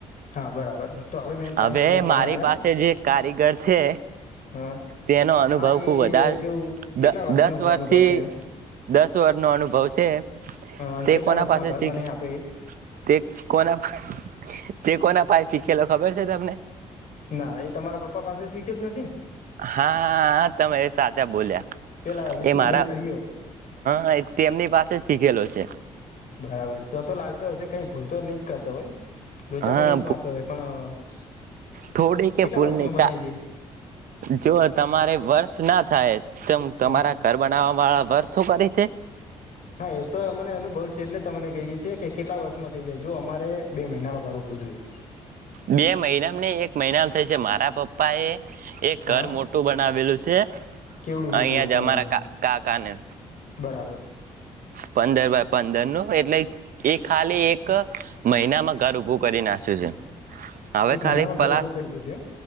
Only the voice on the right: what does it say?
હવે
મારી
પાસે જે કારીગર છે
તેનો અનુભવ
ખુબ
વધારે
દસ વર્ષથી
દસ સ્ર નો અનુભવ છે
તે
કોના
પાસે
છે
તે કોના તે કોના પાસે શી કેેલો ખબર છે તમને
હા તમે સાચા બોલ્યા
એ મારા
હ તેમની પાસે શીખેલો છે
હા
થોડી કે
ભૂલ
નનીતા
જો તમારે વર્ષ ના થાય ત
તમારા ઘર બનાવવા વાળા વર્ શું કરે તે?
બે મહિના નહીં એક મહિના થાય છે મારા પપ્પા એ એક
ઘર મોટું બનાવેલું છે,
અહીયાંજ
અમારાા
કા-કાકાને.
પંદર બાય પંદર નું એટલે એ ખાલી એક મહિનામાં ઘર ઉભું કરી નાસ્યું છે. હવે
ખાલી પલાસ